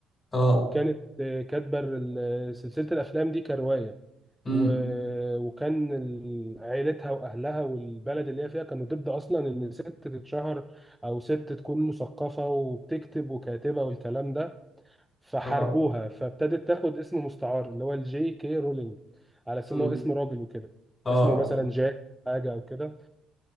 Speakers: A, on the left; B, in the centre.
A: اه
B: وكانت آه، كاتبة ال- سلسلة الافلام دي كرواية
A: امم
B: و... وكان ال- عائلتها واهلها والبلد اللي هي فيها كانوا ضد اصلا ان ست تتشهر او ست تكون مثقفة وبتكتب وكاتبة والكلام ده فحاربوها
A: اه
B: فابتدت تاخد اسم مستعار اللي هو الجي كي رولينج على اساس
A: امم
B: ان هو اسم راجل وكده
A: اه
B: اسمه
A: اه
B: مثلا جاك حاجه او كده